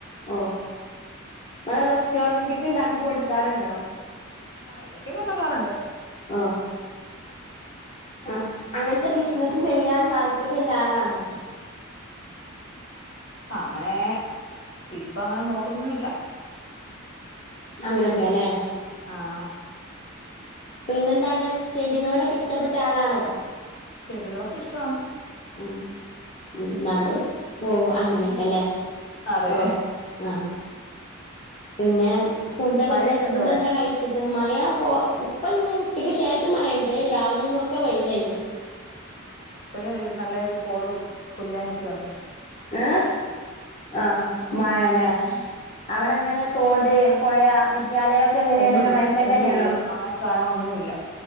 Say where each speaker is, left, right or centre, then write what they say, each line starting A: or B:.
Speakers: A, on the left; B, on the left.
A: ഓഹ് ഇങ്ങള് റെസ്റ്റോറന്റ്ക്ക്‌ ഇണ്ടാക്കി കൊടുക്കാറിണ്ടോ
B: ആഹ് എടക്കക്കെ എണ്ടാക്കാറെണ്ട്
A: ആഹ് ആഹ് അങ്ങനത്തെ ബിസിനസ് ചെയ്യാൻ താൽ പര്യള്ള ആളാണോ
B: അങ്ങനേ ഇപ്പ അങ്ങനെ നോക്കുന്നൊന്നുവില്ല
A: അങ്ങനൊക്കെയാ അല്ലേ
B: ആഹ്
A: പിന്നെന്താണ് ചെടിനോടക്കെ ഇഷ്ടപ്പെട്ട ആളാണോ
B: ചെടികളൊക്കെ ഇഷ്ട്ടാണ്.
A: ഉം ഉം നടും പോവും അങ്ങനൊക്കെല്ലേ
B: അതെ
A: ഓഹ് ആഹ് പിന്നെ ഫുഡ്ഡക്കെ
B: മഴയൊക്കെ
A: എന്താ
B: ഉണ്ടോ
A: ഇന്തെന്താ
B: അവിടെ
A: കഴിച്ചത് മയ കൊ ഇപ്പിന്ന് ഉച്ചക്ക് ശേഷം മഴെണ്ട് രാവിലെന്നൊക്കെ വെയിലായിരുന്നു.
B: ഇപ്പഴെ നല്ലൊരു കോളു കൊല്ല്യാനൊക്കയൊണ്ട്.
A: ഏഹ് ആഹ് മഴേല്ലേ അവിടെങ്ങനെ തോട്, പൊഴ വിദ്യാലയം ഒക്കെ എങ്ങനെയാണ്
B: ഒന്നുവി
A: ഹൈടെക്
B: ഒന്നുവില്ല
A: തന്നെയാണോ
B: അങ്ങനത്തെ സാധങ്ങളൊന്നുവില്ല